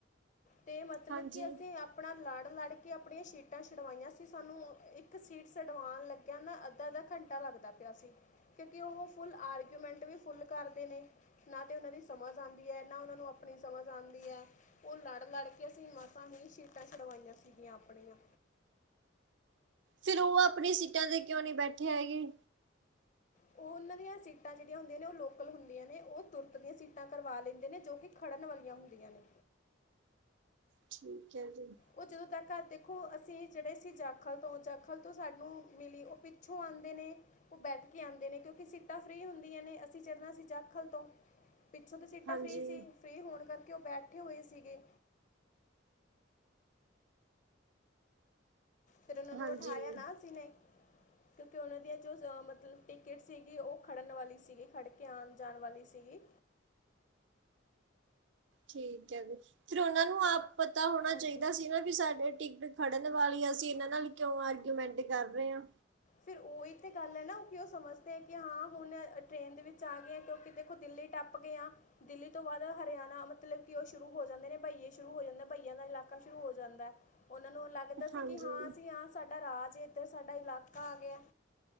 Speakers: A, on the left; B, on the right.
A: ਤੇ ਮਤਲਬ
B: ਹਾਂਜੀ
A: ਕਿ ਅਸੀਂ ਆਪ ਪਣਾ ਲੜ-ਲੜ ਕੇ ਆਪਣੀਆਂ ਸੀਟਾਂ ਛੁਡਵਾਈਆਂ ਸੀ ਸਾਨੂੰ ਇੱਕ ਸੀਟ ਛਡਵਾਉਣ ਲੱ ਗਯਾ ਨਾਂ ਅੱਧਾ-ਅੱਧਾ ਘੰਟਾ ਲੱਗਦਾ ਪਿਆ ਸੀ। ਕਿਉਂਕਿ ਓ ਫੁੱਲ ਆਰਗਿਊਮੈਂਟ ਵੀ ਫੁੱਲ ਕਰਦੇ ਨੇ। ਨਾ ਤੇ ਓਨਾਂ ਦੀ ਸਮਝ ਆਂਦੀ ਐ ਨਾ ਓਨਾਂ ਨੂੰ ਅਪਣੀ ਸਮਝ ਆਂਦੀ ਐ। ਓ ਲੜ-ਲੜ ਕੇ ਅਸੀਂ ਮਾਸਾਂ ਹੀ ਸ਼ੀਟਾਂ ਛੁਡਵਾਈਆਂ ਸੀਗੀਆਂ ਆਪਣੀਆਂ।
B: ਫਿਰ ਓ ਆਪਣੀ ਸੀਟਾਂ ਤੇ ਕਿਉਂ ਨੀ ਬੈਠੇ ਹੈਗੇ?
A: ਓ ਓਨਾਂ ਦੀਆਂ ਸੀਟਾਂ ਜੇੜੀਆਂ ਹੁੰਦੀਆਂ ਨੇ ਓ ਲੋਕਲ ਹੁੰਦੀਆਂ ਨੇ ਓ ਤੁਰਤ ਦੀਆਂ ਸੀਟਾਂ ਕਰਵਾ ਲੈਂਦੇ ਨੇ ਜੋ ਕਿ ਖੜਨ ਵਾਲੀਆਂ ਹੁੰਦੀਆਂ ਨੇ।
B: ਠੀਕ ਹੈ ਜੀ
A: ਉਹ ਜਦੋਂ ਤੱਕ-ਤੱਕ ਦੇਖੋ, ਅਸੀਂ ਜਿਹੜੇ ਸੀ ਜਾਖਲ ਤੋਂ, ਜਾਖਲ ਤੋਂ ਸਾਨੂੰ ਮਿਲੀ, ਉਹ ਪਿੱਛੋਂ ਆਦੇ ਨੇ ਉਹ ਬੈਠ ਕੇ, ਆਦੇ ਨੇ ਕਿਉਂਕਿ, ਸੀਟਾਂ ਫ੍ਰਰੀ ਹੁੰਦੀਆਂ ਨੇ, ਅਸੀਂ ਚੜ੍ਹਨਾ ਸੀ ਜਾਖਲ ਤੋਂ ਪਿੱਛੋਂ ਤਾਂ ਸੀਟਾਂ
B: ਹਾਂਜੀ
A: ਫਰੀ ਸੀ। ਫਰੀ ਹੋਣ ਕਰਕੇ, ਉਹ ਬੈਠੇ ਹੋਏ ਸੀਗੇ ਫਿਰ ਉਹਨਾਂ ਨੂੰ,
B: ਹਾਂਜੀ
A: ਉਠਾਇਆ ਨਾ ਸੀ ਨੇ ਕਿਉਂਕਿ, ਉਹਨਾਂ ਦੀਆਂ ਜੋ ਮਤਲਬ ਟਿਕਟ ਸੀਗੀ, ਉਹ ਖੜ੍ਹਨ ਵਾਲੀ ਸੀਗੀ, ਖੜ੍ਹ ਕੇ ਆਉਣ -ਜਾਣ ਵਾਲੀ ਸੀਗੀ
B: ਠੀਕ ਹੈ ਜੀ, ਫਿਰ ਉਹਨਾ ਨੂੰ ਆਪ ਪਤਾ ਹੋਣਾ
A: ਹਾਂਜੀ
B: ਚਾਹੀਦਾ ਸੀ। ਨਾ ਵੀ ਸਾਡੇ ਟਿਕਟ ਖੜਨ ਵਾਲੀ ਅਸੀਂ ਇਹਨਾਂ ਨਾਲ ਕਿਉਂ, ਆਰਗੂਮੈਂਟ ਕਰ ਰਹੇ ਹਾਂ
A: ਫਿਰ ਉਹੀ ਤੇ ਗੱਲ ਹੈ ਨਾ ਕਿ, ਉਹ ਸਮਝਦੇ ਆ ਕਿ ਹਾਂ ਹੁਣ ਟ੍ਰੇਨ ਦੇ ਵਿੱਚ, ਆ ਗਏ ਆ ਕਿਉਂਕਿ, ਦੇਖੋ ਦਿੱਲੀ ਟੱਪ, ਗਏ ਆ ਦਿੱਲੀ, ਤੋਂ ਬਾਅਦ ਹਰਿਆਣਾ, ਮਤਲਬ ਕਿ ਉਹ ਸ਼ੁਰੂ ਹੋ ਜਾਂਦੇ ਨੇ, ਬਹੀਏ ਸ਼ੁਰੂ ਹੋ ਜਾਂਦੇ ਬਹੀਆਂ ਦਾ, ਇਲਾਕਾ ਸ਼ੁਰੂ ਹੋ ਜਾਂਦਾ ਉਹਨਾਂ ਨੂੰ ਲੱਗਦਾ ਸੀ
B: ਹਾਂਜੀ
A: ਕਿ, ਹਾਂ ਅਸੀਂ ਹਾਂ ਸਾਡਾ ਰਾਜ ਇਥੇ, ਸਾਡਾ ਇਲਾਕਾ ਆ ਗਿਆ